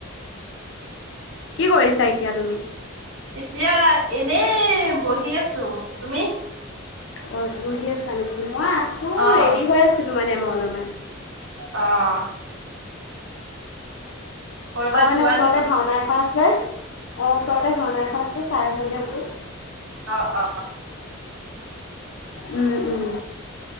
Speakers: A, on the left; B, on the right.
A: কি কৰিছা এতিয়া তুমি
B: এতিয়া এনে বহি আছো তুমি
A: অ। বহি আছা নে? মই আছো
B: অ'
A: ৰেডি হৈ আছো মানে মই অলপমান
B: অঁ কৰ'বাত
A: আমাৰ মানে
B: যোৱা
A: ওচৰতে
B: নেকি?
A: ভাওনা এখন আ ছে অ ওচৰতে ভাওনা এখন আছে চাই আহোঙগে বোলো।
B: অ', অ'।
A: উম উম।